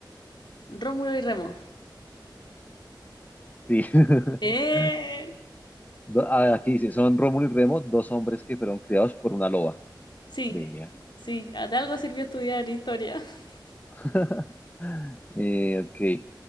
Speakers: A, on the left; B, on the left.
A: Rómulo y Remo.
B: Sí. <laughs>
A: ¡Eh!
B: Do- ah, Aquí dice, son Rómulo y Remo, dos hombres que fueron criados por una loba.
A: Sí.
B: Venga.
A: Sí. ah, De algo sirvió estudiar historia. <laughs>
B: <laughs> Eh, ok.